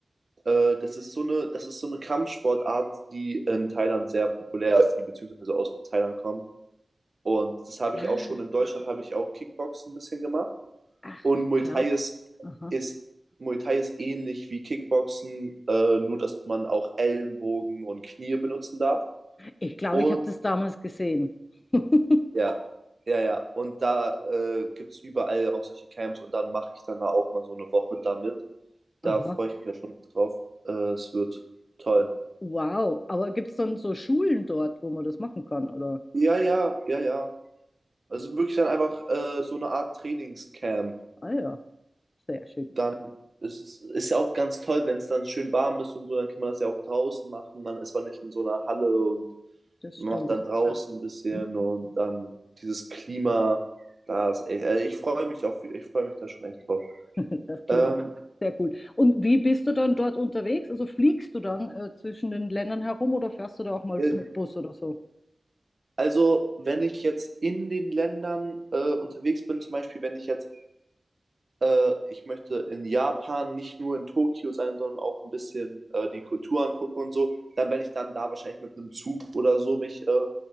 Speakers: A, on the right; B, on the left.
A: Äh, das ist so eine, das ist so eine Kampfsportart, die in Thailand sehr populär ist, die beziehungsweise aus Thailand kommt. Und das habe ich
B: Ah,
A: auch schon in Deutschland, habe ich auch Kickboxen ein bisschen gemacht.
B: Ach,
A: Und
B: ich
A: Muay
B: glaube,
A: Thai ist,
B: aha.
A: ist, Muay Thai ist ähnlich wie Kickboxen, äh, nur dass man auch Ellenbogen und Knie benutzen darf.
B: Ich glaube,
A: Und
B: ich habe das damals gesehen. <laughs>
A: ja, ja, ja. Und da äh, gibt es überall auch solche Camps und dann mache ich dann da auch mal so eine Woche damit. Da
B: Aha.
A: freue ich mich ja schon drauf. Äh, es wird toll.
B: Wow, aber gibt es dann so Schulen dort, wo man das machen kann, oder?
A: Ja, ja, ja, ja. Also wirklich dann einfach äh, so eine Art Trainingscamp.
B: Ah ja, sehr schick,
A: dann ist es ja auch ganz toll, wenn es dann schön warm ist und so, dann kann man das ja auch draußen machen. Dann ist man nicht in so einer Halle und
B: das
A: man
B: stimmt.
A: macht dann draußen ein bisschen
B: Mhm.
A: und dann dieses Klima. Da ist, echt- äh, ich freue mich auf, ich freue mich da schon echt drauf.
B: <laughs> Das klingt
A: Ähm,
B: sehr cool. Und wie bist du dann dort unterwegs? Also fliegst du dann äh, zwischen den Ländern herum oder fährst du da auch mal
A: äh,
B: mit Bus oder so?
A: also, wenn ich jetzt in den Ländern äh, unterwegs bin, zum Beispiel, wenn ich jetzt Äh, ich möchte in Japan nicht nur in Tokio sein, sondern auch ein bisschen äh, die Kultur angucken und so. Dann werde ich dann da wahrscheinlich mit einem Zug oder so mich äh,